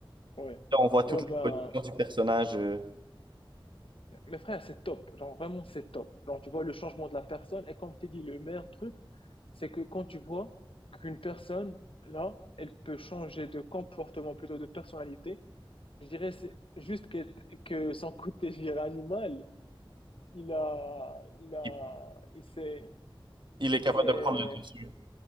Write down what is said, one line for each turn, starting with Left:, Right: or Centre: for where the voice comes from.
Left: Ouais.
Right: Là, on voit toute
Left: Ouais,
Right: l'évolution
Left: ben,
Right: du personnage. euh,
Left: mes frères, c'est top. Genre, vraiment, c'est top. Genre, tu vois le changement de la personne. Et comme je t'ai dit, le meilleur truc, c'est que quand tu vois qu'une personne, là, elle peut changer de comportement, plutôt de personnalité, je dirais, c'est juste que, que son côté, je dirais, animal, il a, il a,
Right: il
Left: il s'est,
Right: il
Left: il
Right: est capable
Left: s'est
Right: de prendre le dessus.